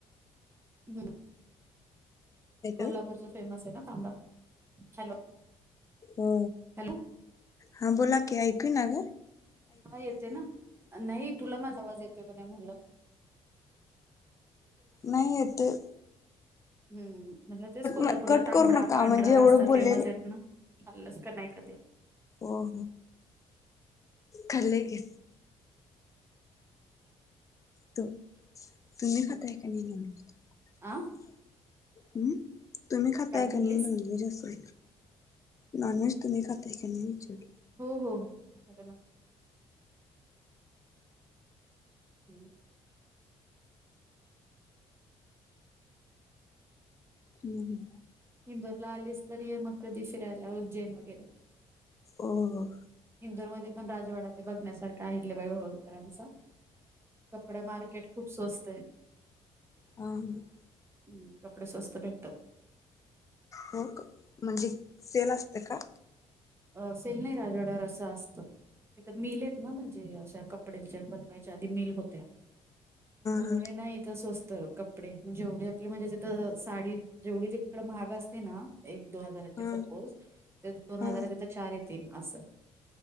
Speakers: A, on the right; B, on the left.
A: हू
B: हॅलो
A: कोल्हापूरचा फेमस आहे ना तांबडा हॅलो
B: हो
A: हॅलो
B: हा बोला की ऐकू इना काय
A: हा येते ना नाही तुला माझा आवाज येतोय का नाही म्हणलं
B: नाही येतोय
A: हू म्हणलं तेच कोल्हापूरला
B: न- कट
A: तांबडा
B: करू नका
A: पांढरा
B: म्हणजे एवढं
A: रस्सा
B: बोललेल
A: फेमस आहेत ना खाल्लस का नाही कधी
B: हो हो खाल्लय की तू तुम्ही
A: अजून
B: खाताय का नाही नॉनव्हेज
A: आ
B: हू तुम्ही खाताय
A: काय म्हणलीस
B: का नाही नॉनव्हेज असं नॉनव्हेज तुम्ही खाताय का नाही विचारलं
A: हो हो खाते ना हू
B: हू हू
A: इंदोरला आलीस तर ये मग कधी फिरायला उज्जैन वगैरे
B: हो हो
A: इंदोरमध्ये पण राजवाडा ते बघण्यासारखे आहे अहिल्याबाई होलकरांचा कपडा मार्केट खूप स्वस्त हाय
B: ह ह
A: हू कपडे स्वस्त भेटतात
B: हो का म्हणजे सेल असतय का
A: अ सेल नाही राजवाड्यावर असं असतं तिथ मिल आहेत ना म्हणजे अशा कपड्याच्या बनवायच्या आधी मिल होत्या म्हणून
B: हा
A: हाय ना इथ स्वस्त कपडे जेवढे आपले म्हणजे जीथं साडी जेवढी तिकड महाग असते ना एक दोन हजाराचे
B: हा
A: सपोज त्या दोन
B: हा
A: हजाराच्या इथ चार येतील असं